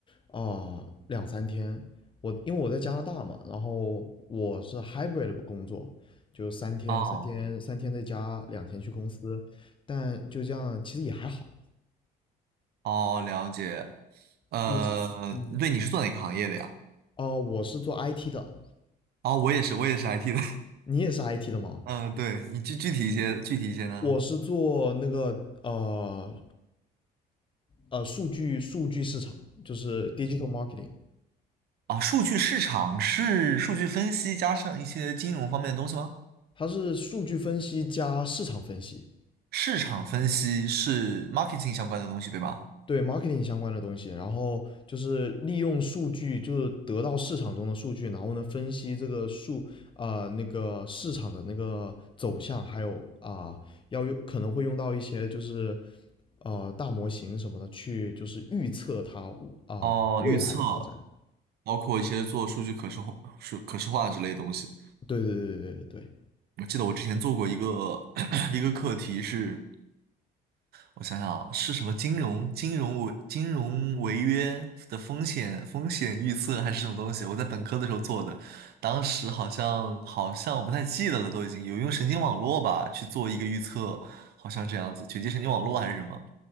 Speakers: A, on the left; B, on the right.
A: 啊、两三天。我因为我在加拿大嘛，然后我是 hybrid 的工作，就三天三天三天在家，
B: 哦
A: 两天去公司，但就这样其实也还好。
B: 哦，了解。呃，
A: 你是嗯
B: 对，你是做哪个行业的呀？
A: 哦、我是做 IT 的，
B: 哦，我也是，我也是 IT 的。
A: 你也是 IT 的吗？
B: <laughs> 嗯、对，你具具体一些，具体一些呢？
A: 我是做那个呃呃数据数据市场，就是 digital marketing，
B: 啊，数据市场是数据分析加上一些金融方面的东西吗？
A: 它是数据分析加市场分析，
B: 市场分析是 marketing 相关的东西，对吧？
A: 对 marketing 相关的东西，然后就是利用数据，就是得到市场中的数据，然后呢分析这个数啊、呃那个市场的那个走向，还有啊、呃要用可能会用到一些就是呃大模型什么的去就是预测它啊、呃未来的发展，
B: 哦，预测，包括一些做数据可视化、数可视化之类的东西。
A: 对对对对对对对。
B: 我记得我之前做过一个 <coughs> <clears throat> 一个课题是，我想想啊，是什么金融、金融违、金融违约的风险、风险预测还是什么东西？我在本科的时候做的，当时好像好像我不太记得了，都已经有用神经网络吧去做一个预测，好像这样子，卷积神经网络还是什么？